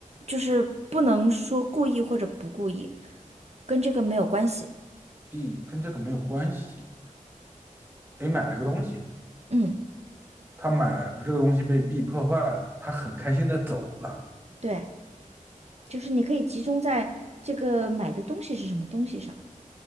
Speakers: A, on the right (about 50°); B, on the right (about 15°).
A: 就是不能说故意或者不故意，跟这个没有关系。
B: ，B 跟这个没有关系。A 买了个东西，
A: 嗯，
B: 他买这个东西被 B 破坏了，他很开心的走了。
A: 对，就是你可以集中在这个买的东西是什么东西上，